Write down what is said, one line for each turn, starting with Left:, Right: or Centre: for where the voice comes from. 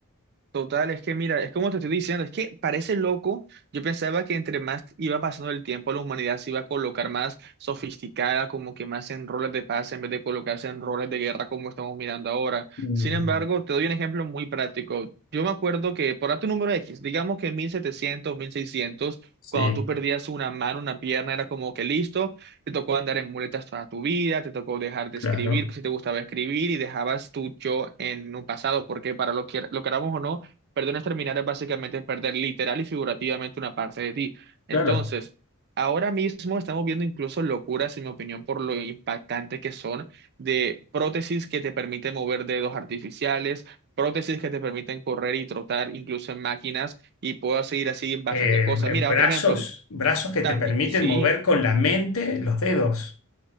Right: Total, es que mira, es como te estoy diciendo, es que parece loco. Yo pensaba que entre más iba pasando el tiempo, la humanidad se iba a colocar más sofisticada, como que más en roles de paz, en vez de colocarse en roles de guerra como estamos mirando ahora.
Left: Mm,
Right: Sin embargo, te doy un ejemplo muy práctico. Yo me acuerdo que, por darte un número X, digamos que en mil setecientos mil seiscientos
Left: Sí,
Right: cuando tú perdías una mano, una pierna, era como que listo, te tocó andar en muletas toda tu vida, te tocó dejar de
Left: claro,
Right: escribir, si te gustaba escribir, y dejabas tu yo en un pasado, porque para lo que lo queramos o no, Perdones terminar es básicamente perder literal y figurativamente una parte de ti. Entonces,
Left: claro.
Right: ahora mismo estamos viendo incluso locuras, en mi opinión, por lo impactante que son de prótesis que te permiten mover dedos artificiales, prótesis que te permiten correr y trotar incluso en máquinas y puedo seguir así bastante
Left: Eh,
Right: cosas.
Left: eh,
Right: Mira,
Left: brazos,
Right: otro ejemplo,
Left: brazos que
Right: también,
Left: te permiten
Right: sí.
Left: mover con la mente los dedos.